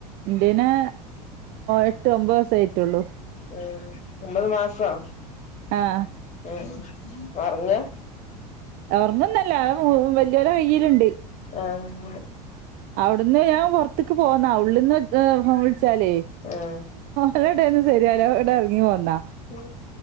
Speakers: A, on the right (about 45°); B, on the left (about 35°).
A: ഇണ്ടീന് എട്ട് ഒമ്പത് ദിവസ ആയിട്ടുള്ളൂ
B: ഉം ഒമ്പത് മാസോ
A: ആഹ
B: ഉം ഒറങ്ങ
A: ഉറങ്ങുന്നല്ല അ വലിയവരെടെ കയിലുണ്ട്
B: ആഹ
A: അവിടുന്ന് ഞാൻ പുറത്തേക്ക് പോന്നാ ഉള്ളിൽന്ന് ഫോൺ വിളിച്ചാലേ
B: ആഹ്
A: ഇവരുടെ എടെന്ന് ശെരിയാവില്ല ഇവിടെ ഇറങ്ങി വന്നാ
B: ഉ